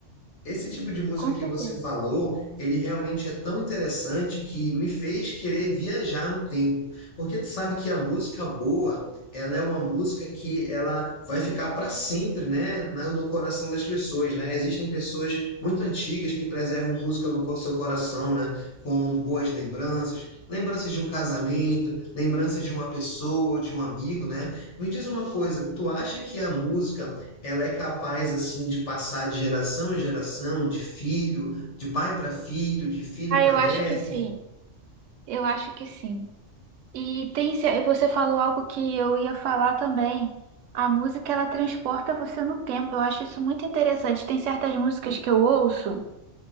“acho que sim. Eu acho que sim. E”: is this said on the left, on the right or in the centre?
Right